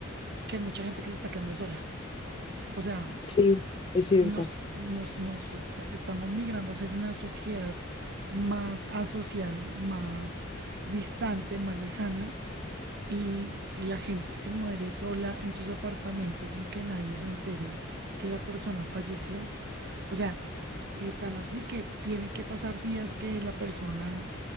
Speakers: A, on the right; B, on the left.
A: que hay mucha gente que se está quedando sola. O sea,
B: Sí, es cierto.
A: nos, nos, nos est- estamos migrando a ser una sociedad más asocial, más distante, más lejana. Y, la gente se muere sola en sus apartamentos sin que nadie se entere que la persona falleció. O sea, eh, tan así que tienen que pasar días que la persona